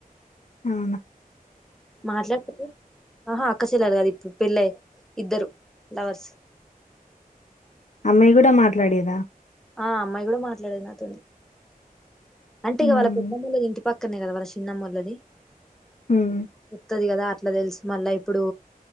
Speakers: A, on the left; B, in the centre.
A: అవును
B: మాట్లాడుతారు ఆహా అక్క చెల్లాలి అది ఇప్పుడు పెళ్ళయి ఇద్దరు లవర్స్
A: అమ్మాయి కూడా మాట్లాడేదా
B: ఆ అమ్మాయి కూడా మాట్లాడేది నాతోని అంటే
A: ఉమ్
B: ఇకవాళ్ళ పెద్దమ్మెళ్లది ఇంటి పక్ క్కనే కదా వాళ్ళ చిన్నమ్మెల్లది
A: ఉమ్
B: ఉత్తదికదా అట్ ఇట్లా దెల్సు మళ్ళా ఇప్పుడు